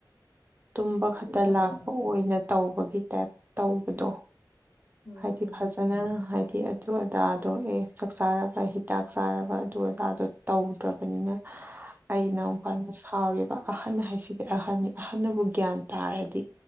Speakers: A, on the right; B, on the left.
A: ꯇꯨꯝꯕ ꯈꯛꯇ
B: ꯑꯗꯨꯅꯤ
A: ꯂꯥꯛꯄ ꯑꯣꯏꯅ ꯇꯧꯕꯒꯤ ꯇꯥꯏꯞ ꯇꯧꯕꯗꯣ
B: ꯎꯝ
A: ꯍꯥꯏꯗꯤ
B: ꯎꯝ
A: ꯐꯖꯅ ꯍꯥꯏꯗꯤ ꯑꯗꯨ ꯑꯣꯖꯥꯗꯣ ꯑꯦ ꯆꯥꯛ ꯆꯥꯔꯕ ꯍꯤꯗꯥꯛ ꯆꯥꯔꯕ ꯑꯗꯨ ꯑꯣꯖꯥꯗꯣ ꯇꯧꯗ꯭ꯔꯕꯅꯤꯅ ꯑꯩꯅꯎ ꯄꯥꯟ ꯁꯥꯎꯔꯤꯕ ꯑꯍꯟ ꯍꯥꯏꯁꯤꯗꯤ ꯑꯍꯟꯅꯤ ꯑꯍꯟꯅꯕꯨ ꯒ꯭ꯌꯥꯟ ꯇꯥꯔꯗꯤ